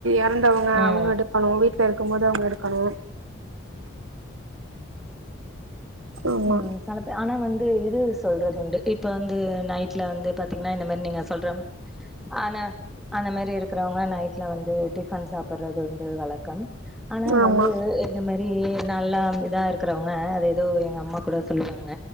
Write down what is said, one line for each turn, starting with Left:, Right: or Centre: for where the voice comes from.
Right: இறந்தவங்க
Centre: ம்
Right: அவங்க எடுக்கணும் வீட்டுல இருக்கும்போது அவங்க எடுக் ஹலோ ஆமா
Centre: உம் ஆனா வந்து இது சொல்றது உண்டு இப்ப வந்து நைட்ல வந்து பாத்தீங்க மா நீ சொல்ற ஆன அந்த மாரி இருக்கரவங்க நைட்ல வந்து டிஃபன் சாப்படுறது உண்டு வழக்கம் ஆனா
Right: ஆமா
Centre: வந்து இந்த மாரி நல்லா இருந்ததா இரு இருக்கறவங்க அது ஏதோ ஆமா கூட சொல்லுவாங்க